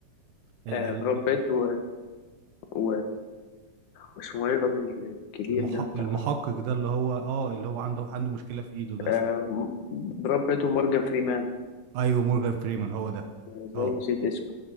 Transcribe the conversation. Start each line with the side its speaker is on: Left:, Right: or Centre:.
Right: ال-
Left: آه،
Right: ال-
Left: براد بيت و و واسمه ايه الراجل الكبير
Right: المح-
Left: ده بتاع
Right: المحقق ده اللي هو اه اللي هو عنده عنده مشكله في ايده ده
Left: آه، براد بيت ومورجان فريمان
Right: ايوه مورجان فريمان هو ده
Left: ازاي
Right: اه
Left: نسيت اسمه